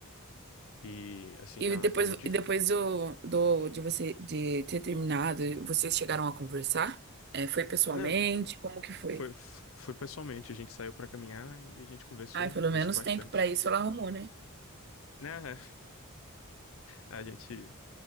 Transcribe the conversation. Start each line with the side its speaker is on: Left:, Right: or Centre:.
Left: E, assim,
Right: E
Left: tá,
Right: depois,
Left: tá muito difícil.
Right: e depois do, do, de você de ter terminado, vocês chegaram a conversar? É, foi pessoalmente?
Left: Não,
Right: Como que foi?
Left: foi, foi pessoalmente, a gente saiu pra caminhar e a gente conversou,
Right: Ai, pelo
Left: conversou
Right: menos
Left: bastante.
Right: tempo pra isso ela arrumou, né?
Left: Né? <laughs> A gente,